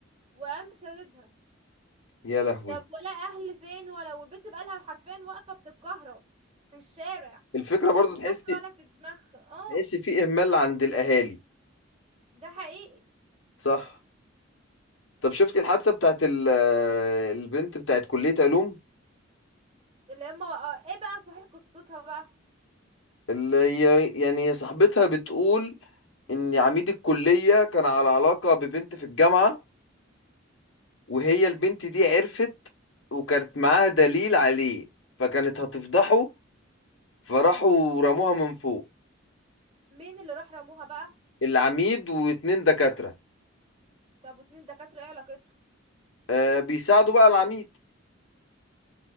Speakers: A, on the right; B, on the left.
A: وقام شاددها
B: يا لهوي
A: طب ولا اهل فين ولا والبنت بقالها حرفيا واقفة بتتكهرب في الشارع
B: الفكرة برضو
A: والناس
B: تحس
A: ولا في دماغها اه
B: تحس في اهمال عند الاهالي
A: ده حقيقي
B: صح طب شفتي الحادثه بتاعت ال- آه، البنت بتاعت كليه علوم
A: اللي هما بقى ايه بقى صحيح قصتها بقى
B: اللي هي يعني هي صاحبتها بتقول ان عميد الكليه كان على علاقه ببنت في الجامعه وهي البنت دي عرفت وكانت معاها دليل عليه فكانت هتفضحه فراحوا رموها من فوق
A: مين اللي راح رموها بقى
B: العميد واتنين دكاتره
A: طب واتنين دكاترة ايه علاقته
B: آه بيساعدوا بقى العميد